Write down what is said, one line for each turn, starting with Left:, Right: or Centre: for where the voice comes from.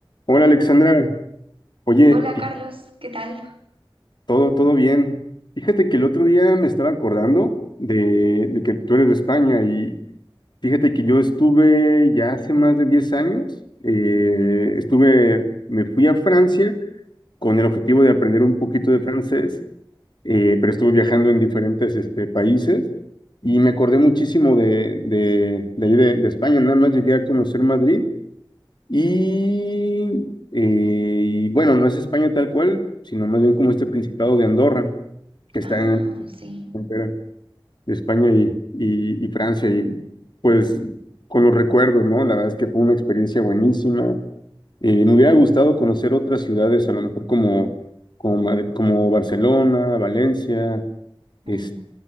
Left: Hola Alexandra, oye,
Right: Hola
Left: fí-
Right: Carlos, ¿qué tal?
Left: todo, todo bien. Fíjate que el otro día me estaba acordando de, de que tú eres de España y fíjate que yo estuve ya hace más de 10 años, eh, estuve, me fui a Francia con el objetivo de aprender un poquito de francés, eh, pero estuve viajando en diferentes este, países y me acordé muchísimo de, de, de ahí de, de España, nada más llegué a conocer Madrid Y, eh, y, bueno, no es España tal cual, sino más bien como este Principado de Andorra, que
Right: Ah,
Left: está en la
Right: sí.
Left: frontera de España y, y- y Francia. Y pues con los recuerdos, ¿no? La verdad es que fue una experiencia buenísima. Eh, me hubiera gustado conocer otras ciudades, a lo mejor como, como, Mad- como Barcelona, Valencia,
Right: Mm,
Left: este,